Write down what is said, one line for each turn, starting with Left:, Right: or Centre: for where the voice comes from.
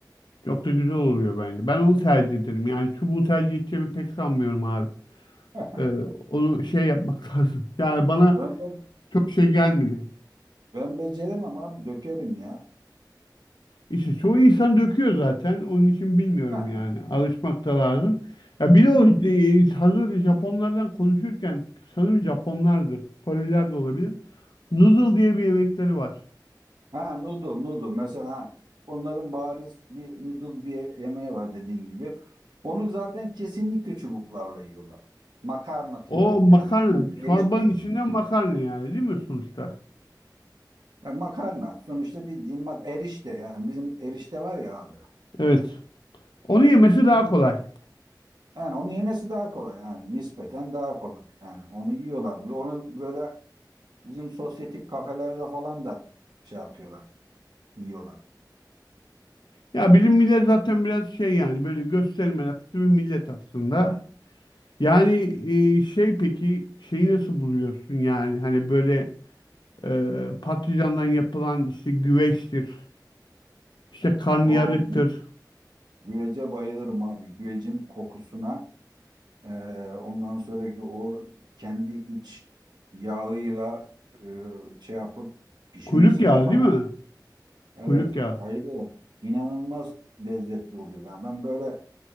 Left: Çok da güzel oluyor bence. Ben onu tercih ederim. Yani çubuğu tercih edeceğimi pek sanmıyorum abi.
Right: <laughs>
Left: Ee, onu şey yapmak <laughs> lazım. Yani bana
Right: Ben bu.
Left: çok şey gelmedi.
Right: Ben beceremem abi dökerim ya.
Left: İşte çoğu insan döküyor zaten. Onun için bilmiyorum
Right: Ha,
Left: yani. Alışmak da lazım. Ya bir de o e, hazır Japonlardan konuşurken sanırım Japonlardı. Koreliler de olabilir. Noodle diye bir yemekleri var.
Right: ha noodle noodle mesela ha, onların bariz bir noodle diye yemeği var dediğin gibi. Onu zaten kesinlikle çubuklarla yiyorlar. Makarna türü
Left: O makarna.
Right: yani
Left: Çorbanın
Right: erişte gibi.
Left: içinden makarna yani değil mi sonuçta?
Right: Ha, makarna sonuçta bildiğin mak erişte yani bizim erişte var ya abi.
Left: Evet. Onu yemesi
Right: Bizim-
Left: daha kolay.
Right: Yani onu yemesi daha kolay yani nispeten daha kolay. Yani onu yiyorlar. Onu böyle bizim sosyetik kafelerde falan da şey yapıyorlar, yiyorlar.
Left: Ya bizim millet zaten biraz şey yani böyle gösteri meraklısı bir millet aslında. Yani e, şey peki şeyi nasıl buluyorsun yani hani böyle Ee, patlıcandan yapılan işte güveçtir. işte karnıyarıktır.
Right: O Güvece bayılırım abi. Güvecin kokusuna e, ondan sonraki o kendi iç yağıyla e, şey yapıp pişmesine
Left: Kuyruk yağı
Right: falan.
Left: değil mi?
Right: Evet
Left: Kuyruk yağı.
Right: bayılırım. İnanılmaz lezzetli oluyor. ya ben böyle